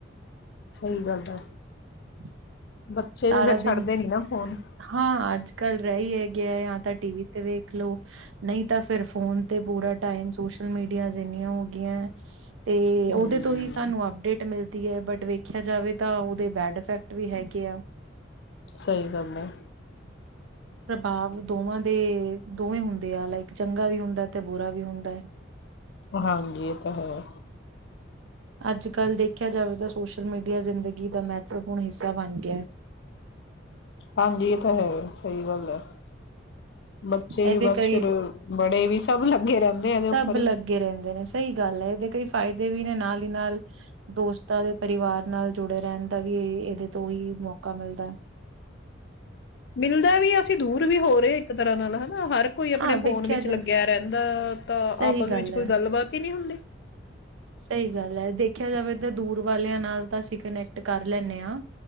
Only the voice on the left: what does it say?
ਕੀ ਕਰਦਾ।
ਬੱਚੇ
ਵੀ ਫੇਰ ਛੱਡਦੇ
ਨੀ ਨਾ ਫੋਨ।
ਹੂੰ,
ਸਹੀ ਗੱਲ ਹੈ।
ਹਾਂਜੀ ਇਹ ਤਾਂ ਹੈ।
ਹਾਂਜੀ ਇਹ ਤਾਂ ਹੈ ਸਹੀ ਗੱਲ ਹੈ। ਬੱਚੇ ਵੀ
ਬਸ
ਫੇਰ, ਬੜੇ ਵੀ ਸਭ ਲੱਗੇ ਰਹਿੰਦੇ ਆ ਇਹਦੇ
ਉੱਪਰ ਹੀ।
ਮਿਲਦਾ ਵੀ ਅਸੀਂ ਦੂਰ <unintelligible> ਵੀ ਹੋ ਰਹੇ ਇੱਕ ਤਰ੍ਹਾਂ ਨਾਲ ਹਨਾ, ਹਰ ਕੋਈ ਆਪਣੇ
ਫੋਨ ਵਿੱਚ
ਲੱਗਿਆ ਰਹਿੰਦਾ। ਤਾਂ
ਆਪਸ
ਵਿੱਚ ਕੋਈ
ਗੱਲਬਾਤ ਹੀ ਹੁੰਦੀ